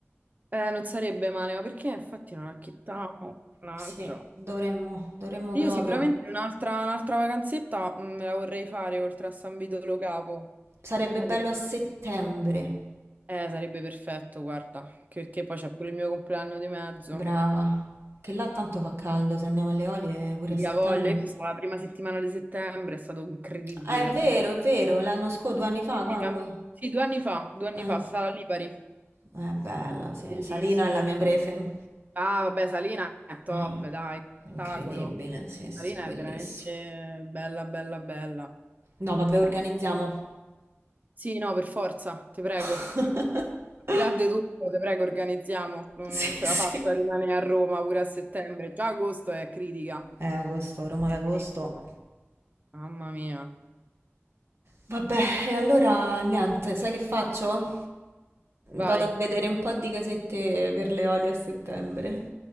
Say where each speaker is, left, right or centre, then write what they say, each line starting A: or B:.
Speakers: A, on the right (about 35°); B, on the right (about 65°).
A: Eh, non sarebbe male, ma perché infatti non acchittavo, mannaggia.
B: Sì, dovremmo, dovremmo
A: Io
B: proprio.
A: sicuramente un'altra un'altra vacanzetta mm, me la vorrei fare oltre a San Vito Lo Capo.
B: Sarebbe
A: Mo
B: bello
A: devo-
B: a settembre.
A: Eh, sarebbe perfetto, guarda, che- perché poi c'è pure il mio compleanno di mezzo.
B: Brava. Che là tanto fa caldo, se andiamo alle Olie pure
A: Via
B: a settembre.
A: voglia, io sono stata la prima settimana di settembre, è stato incredibile,
B: Ah, è vero,
A: bellissimo.
B: è vero, l'anno scorso, due anni fa, quando?
A: Sì, and- sì, due anni fa, due anni
B: Eh,
A: fa, Sala Lipari,
B: è bella, sì.
A: bellissima.
B: Salina è la mia prefe.
A: Ah, vabbè, Salina è top,
B: Mamma,
A: dai, spettacolo.
B: incredibile, sì,
A: Salina
B: sì, bellissima.
A: è veramente bella, bella, bella.
B: No, vabbè, organizziamo.
A: Sì, no, per forza, ti prego.
B: <laughs>
A: Al Di là di tutto, ti prego, organizziamo. Non
B: Sì,
A: non ce
B: sì.
A: la faccio a rimanere a Roma pure a settembre. Già agosto è critica.
B: Eh, agosto, Roma
A: È
B: d'agosto.
A: critica. Mamma mia.
B: Vabbè, e allora niente, sai che faccio?
A: Vai,
B: Vado a vedere un po' di casette per le oli a settembre.